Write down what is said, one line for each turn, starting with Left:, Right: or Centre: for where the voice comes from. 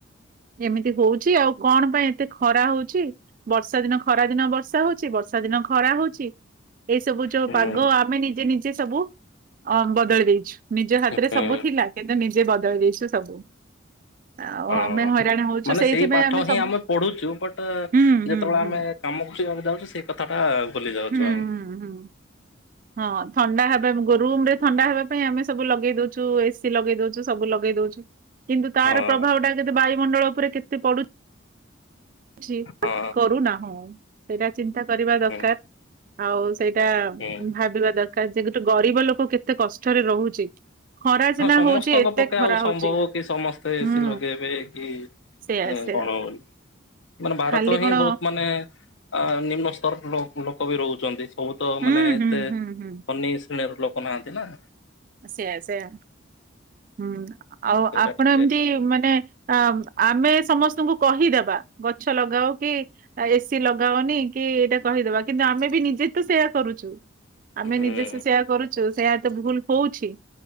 Right: ଏମିତି ହଉଛି ଆଉ କଣ ପାଇଁ ଏତେ ଖରା ହଉଛି। ବର୍ଷା ଦିନ ଖରା ଦିନ ବର୍ଷା ହଉଛି ବର୍ଷା ଦିନ ଖରା ହଉଛି। ଏଇ ସବୁ ଯୋଉ
Left: ହୁଁ
Right: ପାଗ ଆମେ ନିଜେ ନିଜେ ସବୁ ଅ ବଦଳି ଦେଇଛୁ। ନିଜ ହାତରେ
Left: ହୁଁ
Right: ସବୁ ଥିଲା କିନ୍ତୁ ନିଜେ ବଦଳି ଦେଇଛୁ ସବୁ। ଆଉ
Left: ହଁ
Right: ଆମେ ହଇରାଣ ହଉଛୁ
Left: ମାନେ
Right: ସେଇଥିପାଇଁ
Left: ସେଇ ପାଠ
Right: ସବୁ
Left: ହିଁ ଆମେ ପଢୁଛୁ ବଟ
Right: ହୁଁ ହୁଁ
Left: ଯେତେବେଳେ
Right: ହୁଁ
Left: ଆମେ କାମ କରିବାକୁ ଯାଉଛୁ ସେଇ କଥା ଟା ଭୁଲି ଯାଉଛୁ
Right: ହୁଁ
Left: ଆ
Right: ହୁଁ ହୁଁ ହଁ ଥଣ୍ଡା ହବା ରୁମରେ ଥଣ୍ଡା ହେବା ପାଇଁ ଆମେ ସବୁ ଲଗେଇ ଦଉଛୁ ଏସି ଲଗେଇ ଦଉଛୁ ସବୁ ଲଗେଇ ଦଉଛୁ କିନ୍ତୁ ତାର
Left: ହଁ
Right: ପ୍ରଭାବ ଟା କେତେ ବାୟୁମଣ୍ଡଳ ଉପରେ କେତେ ପଡୁ ଛି
Left: ହଁ
Right: କରୁନାହୁ। ସେଇଟା ଚିନ୍ତା କରିବା ଦରକାର
Left: ହୁଁ
Right: ଆଉ ସେଇଟା
Left: ହୁଁ
Right: ଭାବିବା ଦରକାର। ଯେ କି ଗରିବ ଲୋକ କେତେ କଷ୍ଟରେ ରହୁଛି ଖରା
Left: ହଁ
Right: ସିନା
Left: ସମସ୍ତଙ୍କ
Right: ହଉଛି ଏତେ
Left: ପକ୍ଷେ
Right: ଖରା
Left: ଆଉ ସମ୍ଭବ
Right: ହଉଛି।
Left: ସମସ୍ତେ ଏସି
Right: ହୁଁ
Left: ଲଗେଇବେ କି
Right: ସେୟା
Left: କଣ
Right: ସେୟା
Left: ହବନି? ମାନେ ଭାରତର
Right: ଖାଲି
Left: ହିଁ
Right: କଣ
Left: ବହୁତ ମାନେ ଆ ନିମ୍ନ ସ୍ତରରେ ଲୋକ ବି ରହୁଛନ୍ତି ସବୁ ତ
Right: ହୁଁ
Left: ମାନେ ଏତେ
Right: ହୁଁ ହୁଁ
Left: ବନି
Right: ହୁଁ
Left: ଶ୍ରେଣୀର ଲୋକ ନାହାନ୍ତି ନା।
Right: ସେୟା ସେୟା ହୁଁ ଆଉ
Left: ସେଇଟା
Right: ଆପଣ
Left: ଟିକେ
Right: ଏମିତି ମାନେ ଆ ଆମେ ସମସ୍ତଙ୍କୁ କହିଦେବା ଗଛ ଲଗାଅ କି ଏସ୍ କି ଲଗାଅନି କି ଏଇଟା କହିଦବା କିନ୍ତୁ ଆମେ ବି ନିଜେ ତ ସେୟା କରୁଚୁ। ଆମେ
Left: ହୁଁ।
Right: ନିଜେ ସେ ସେୟା କରୁଚୁ ସେୟା ଏ ତ ଭୁଲ କୋଉଠି?